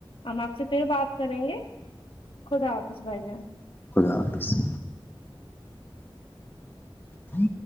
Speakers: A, on the left (about 75°); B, on the left (about 25°).
A: ہم آپ سے پھر بات کریں گے خدا حافظ بھائی جان
B: خدا حافظ ہ